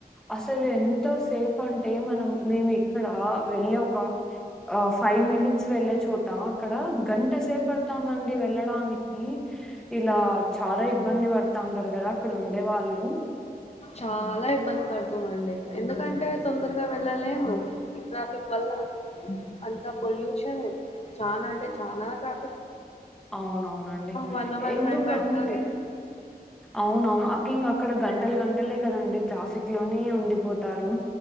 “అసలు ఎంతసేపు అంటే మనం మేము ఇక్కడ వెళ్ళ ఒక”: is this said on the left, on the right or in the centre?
Centre